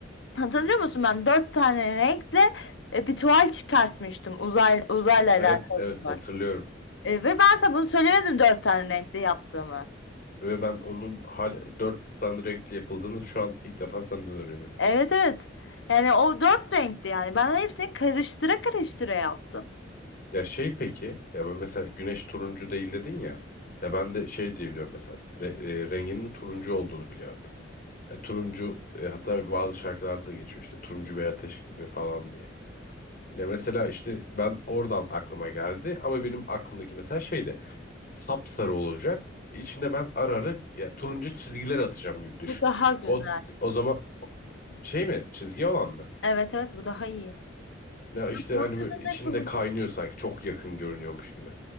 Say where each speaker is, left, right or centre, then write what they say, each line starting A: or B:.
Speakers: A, on the left (about 70°); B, on the left (about 50°).
A: Hatırlıyor musun? Ben dört tane renkle e, bir tuval çıkartmıştım. Uzay, uzayla alakalı
B: Evet evet
A: tuval.
B: hatırlıyorum.
A: E, ve ben sana bunu söylemedim dört tane renkle yaptığımı.
B: Ve ben onun hala dört tane renkli yapıldığını şu an ilk defa senden öğreniyorum.
A: Evet evet. Yani o dört renkti yani. Ben hepsini karıştıra karıştıra yaptım.
B: Ya şey peki, ya ben mesela güneş turuncu değil dedin ya. Ya ben de şey diyebiliyorum mesela re- e, renginin turuncu olduğunu biliyorum. Ya turuncu e, hatta bazı şarkılarda da geçiyor işte turuncu bir ateş gibi falan diye. Ya mesela işte ben oradan aklıma geldi ama benim aklımdaki mesela şeydi. Sapsarı olacak. İçinde ben ara ara ya turuncu çizgiler atacağım gibi düşün.
A: Bu daha güzel.
B: O o zaman şey mi çizgi olan mı?
A: Evet evet bu daha iyi.
B: Ya işte
A: Burada
B: hani böyle
A: da ne
B: içinde
A: kullan
B: kaynıyor sanki. Çok yakın görünüyormuş gibi.